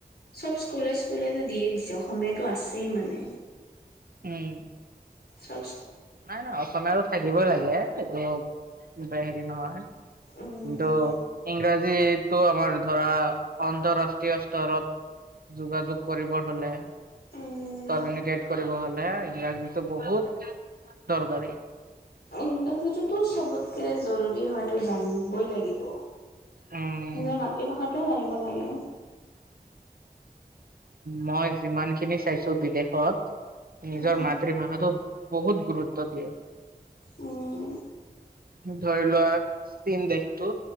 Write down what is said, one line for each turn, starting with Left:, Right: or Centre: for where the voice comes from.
Left: চব স্কুলে স্কুলে দিয়েই দিছে অসমীয়াতো আছেই মানে
Right: উম।
Left: চ
Right: নাই নাই অসমীয়াটো থাকিবই লাগে এইটো হেৰি নহয়।
Left: উম
Right: কিন্তু ইংৰাজী যিটো আমাৰ ধৰা আন্তৰাষ্ট্ৰীয় স্তৰত যোগাযোগ কৰিব হলে
Left: উম
Right: কমিউনিকেট কৰিব হলে ইংৰাজীতটো বহুত দৰকাৰী
Left: উম, সেইটোতো চবতকে জৰুৰী হয়তো জান জানিবই লাগিব
Right: উম
Left: নিজৰ মাতৃভাষাতে জানিব লাগে।
Right: মই যিমান খিনি চাইছো বিদেশত
Left: উম
Right: নিজৰ মাতৃভাষাটো বহুত গুৰুত্ব দিয়ে।
Left: উম
Right: ধৰি লোৱা চীন দেশটো